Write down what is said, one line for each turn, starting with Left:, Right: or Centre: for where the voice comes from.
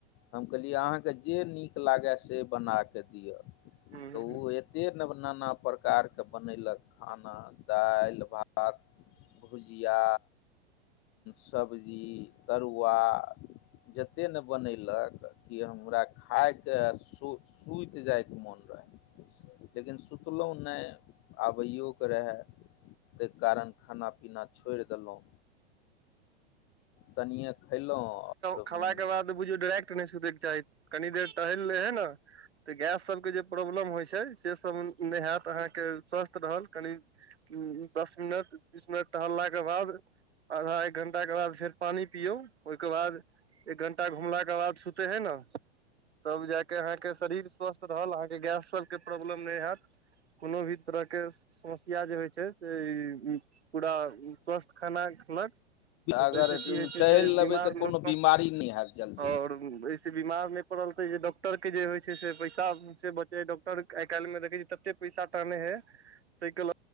Left: हम कहलियै अहाँके जे नीक लागै से बनाकऽ दिअ
Right: हूँ
Left: तऽ ओ एक ते नव नाना प्रकार के बनेलक खाना दालि भात भुजिया सब्जी तरुआ जतेक ने बनेलक कि हमरा खायके सो सुति जाइके मोन रहै लेकिन सु सुनलहुँ नहि आबैयो के रहै ताहि कारण खाना पीना छोड़ि देलहुँ तनिए खयलहुँ आओर
Right: आबि
Left: हूँ
Right: आइ क बुझौ डायरेक्ट नहि सु कनी देर टहल रहे है ने तऽ गैस सब के जे प्रॉब्लम होइ छै से सब नहि होत अहाँके स्वस्थ रहल कनि उ दस मिनट बीस मिनट टहललाके बाद आधा एक घंटा के बाद फेर पानि पिययौ ओहिके बाद एक घण्टा घुमलाके बाद सुते है न तब जा कऽ अहाँके शरीर स्वस्थ रहल अहाँके गैस सभके प्रॉब्लम नहि हएैत कोनो भी तरहके समस्या जे होइ छै से ई पूरा स्वस्थ खाना खेलक तऽ
Left: अगर
Right: ताहिसँ की होइत छै
Left: टहलि
Right: से
Left: लेबै
Right: बीमार
Left: तऽ कोनो
Right: लोक कम
Left: बीमारी
Right: पड़ैत छै
Left: नहि हैत जल्दी
Right: आओर एहिसे बीमार नहि पड़लत जे डॉक्टर के जे होइ छै से पैसा से बचै आइ काल्हि मे देखे छी तते पैसा टाहने हैय ताहि के ल